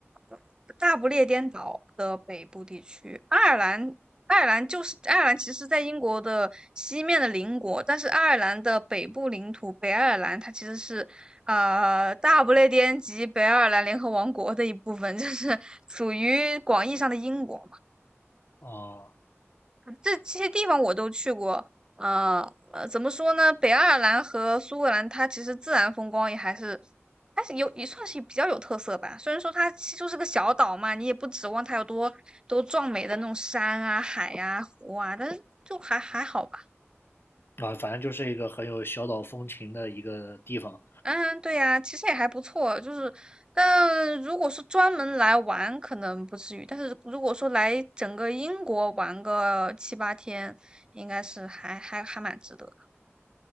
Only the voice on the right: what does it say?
呃大不列颠岛的北部地区，爱尔兰。爱尔兰就是爱尔兰，其实在英国的西面的邻国，但是爱尔兰的北部领土北爱尔兰，它其实是呃大不列颠及北爱尔兰联合王国的一部分，就是 <laughs> 属于广义上的英国。
这这些地方我都去过。呃呃，怎么说呢？北爱尔兰和苏格兰，它其实自然风光也还是，还是有也算是比较有特色吧。虽然说它其实就是个小岛嘛，你也不指望它有多多壮美的那种山啊、海呀、湖啊，但是就还还好吧。
嗯，对呀，其实也还不错。就是，但如果是专门来玩，可能不至于。但是如果说来整个英国玩个七八天，应该是还还还蛮值得的。